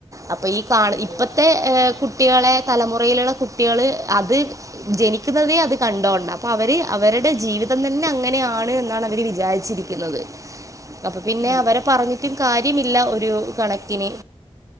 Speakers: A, on the right (about 30°); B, on the left (about 45°).
A: അപ്പൊ ഈ കാണുന്ന
B: അതെ
A: ഇപ്പ
B: അതെ
A: ഹേ കുട്ടിയാളെ തലമുറയിലുള്ള കുട്ടിയള് അത് ജനിക്കുന്നതേ അത് കണ്ടോണ്ട അപ്പൊ അവര് അവരുടെ ജീവിതം തന്നെ അങ്ങനെയാണ് എന്നാണ് അവര് വിചാരിച്ചിരിക്കുന്നത് ക്കിനത് അപ്പൊ പിന്നെ
B: അതെ
A: അവരെ പറഞ്ഞ് ട്ട് കാര്യമില്ല ഒരു കണക്കിന്